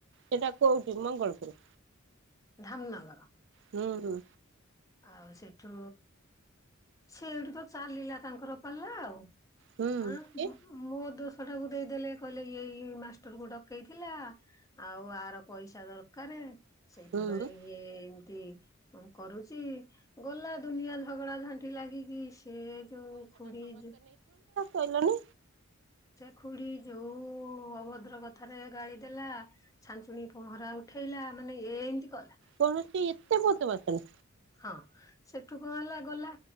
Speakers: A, on the right; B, on the left.
A: ସେଟା କୋଉଠି ମଙ୍ଗଳପୁର।
B: ଧାମନଗର।
A: ହୁଁ ହୁଁ।
B: ଆଉ ସେଠୁ ସେଇଠୁ ତ ଚାଲିଲା ତାଙ୍କର ପାଲା ଆଉ।
A: ହୁଁ।
B: ହଁ
A: କି?
B: ମୋ ଦୋ <unintelligible> ଦେଇଦେଲେ କହିଲେ ଏଇ ମାଷ୍ଟରକୁ ଡକେଇଥିଲା ଆଉ ଆର ପଇସା ଦରକାର। ସେଇଥିପାଇଁ
A: ହୁଁ
B: ଇଏ ତି କରୁ ଛି ଗଲା ଦୁନିଆ ଝଗଡା ଝାଣ୍ଟି ଲାଗିକି ସେ ଯୋଉ ଖୁଡି ଯଉ
A: କହିଲଣିି।
B: ଖୁଡ଼ି ଯୋଉ ଅଭଦ୍ର କଥାରେ ଗାଳି ଦେଲା ଛାଞ୍ଚୁଣି ପହଁରା ଉଠେଇଲା ମାନେ ଏମିତି କ
A: କଣ ସିଏ ଏତେ ବଦମାସ୍ ନା?
B: ହଁ ସେଠୁ କଣ ହେଲା ଗଲା